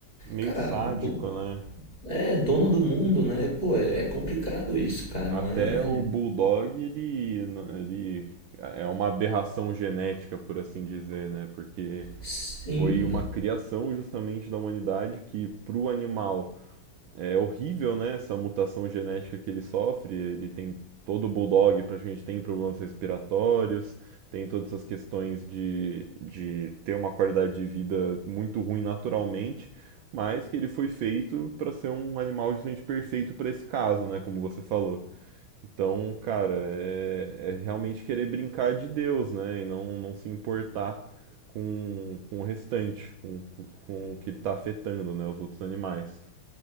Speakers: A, on the right; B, on the left.
A: Meio
B: cara,
A: sádico,
B: dono
A: né?
B: é, dono do mundo, né? Pô, é é complicado isso, cara, não
A: Até
B: é?
A: o Bulldog, ele, ele é uma aberração genética, por assim dizer, né? Porque
B: Sim,
A: foi uma criação justamente da humanidade que, para o animal, É horrível, né? Essa mutação genética que ele sofre. Ele tem todo o bulldog praticamente tem problemas respiratórios, tem todas essas questões de, de ter uma qualidade de vida muito ruim naturalmente, mas que ele foi feito para ser um animal justamente perfeito para esse caso, né? Como você falou. Então, cara, é, é realmente querer brincar de Deus, né? E não, não se importar com, com o restante, com, com o que ele está afetando, né? Os outros animais.